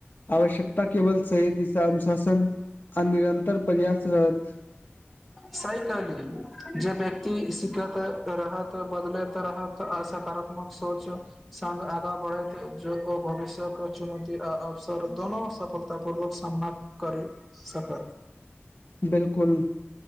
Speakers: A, on the left; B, in the centre.
A: आवश्यकता केवल सही दिशाानुशासन आ निरन्तर प्रयास रहत।
B: सही कहलिय, जे व्यक्ति सिखैत रहत, बदलैत रहत, आ सकारात्मक सोच सङ्ग, आगा बढ़ैत जे लोकक आ भविष्यके चुनौती आ अवसर दोनो सफलता पूर्वक सामना करि सकत।
A: 'बिलकुल'